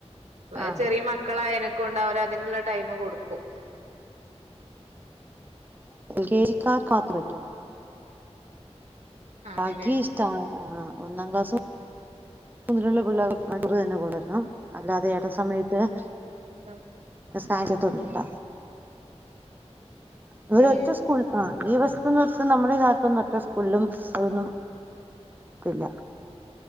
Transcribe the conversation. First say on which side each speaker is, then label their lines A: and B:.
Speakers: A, on the right; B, on the right.
A: വ
B: ആഹ്
A: ചെറിയ മക്കളായനൊക്കെ കൊണ്ട് അവര് അതിനുള്ള ടൈമ കൊടുക്കും
B: കേരിക്കാർ കാത്തുപറ്റും
A: ആണ്ല്ലേ
B: ബാക്കി ഇഷ്ടാ ആ് ഒന്നാം ക്ലാസ് മുതലുള്ള പിള്ളേർക്ക് അവര് തന്നെ കൊടുക്കും അല്ല അതെ എട സമയത്ത് അ
A: ആഹ
B: സഹായിക്കത്തൊന്നുംില്ല ഇവിടെ
A: ഏ
B: ഒറ്റ സ്കൂൾ ആ ഈ വസ്തുന്ന് നമ്മുടെഈ നാട്ടിൽന്ന്ഒറ്റസ്കൂളും അതൊന്നുംല്ല